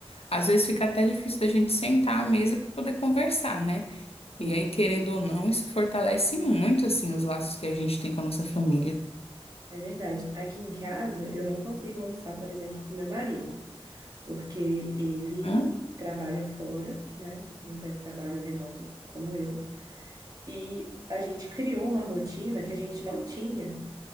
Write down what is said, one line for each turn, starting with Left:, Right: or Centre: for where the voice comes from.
Left: às vezes fica até difícil da gente sentar à mesa para poder conversar, né?
Right: Sim,
Left: E aí, querendo ou não, isso fortalece muito, assim, os laços que a gente tem com a nossa família.
Right: é verdade. Aqui em casa, eu não consigo almoçar, por exemplo, com meu marido, porque ele
Left: Hã?
Right: trabalha fora, né? Não tem um trabalho remoto como eu. E a gente criou uma rotina que a gente não tinha